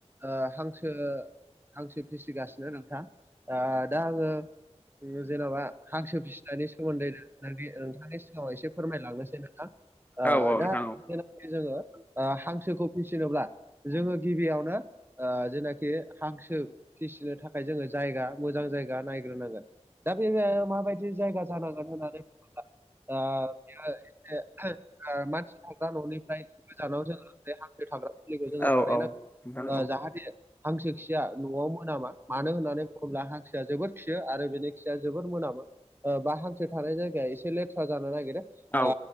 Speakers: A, on the right (about 20°); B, on the left (about 15°).
A: ओ हांसो हांसो फिसिगासिनो नोंथां आ दा आङो जेन'बा हांसो फिसिनायनि सोमोन्दै नोंथांनि नोंथांनि सिगाङाव एसे फोरमायलांनोसै नोंथां ओ
B: औ औ
A: दा
B: नोंथां
A: जेनाखि जोङो हांसोखौ फिसिनोब्ला जोङो गिबियावनो ओ जेनाखि हांसो फिसिनो थाखाय जोङो जायगा मोजां जायगा नायग्रोनांगोन दा बे <unintelligible> माबायदि जायगा जानांगोन होननानै बुङोब्ला ओ ओ एसे ओ मानसि थाग्रा ननिफ्राय गोजानाव जोङो बे हांसो थाग्राखुलिखौ जोङो
B: औ
A: बानायनांगौ
B: औ नोंथां औ
A: जाहाथे हांसो खिया न'आव मोनामा मानो होननानै बुङोब्ला हांसोआ जोबोर खियो आरो बेनि खिया जोबोर मोनामो ओ बा हांसो थानाय जायगाया एसे लेथ्रा जानो नागिरो
B: औ
A: ओ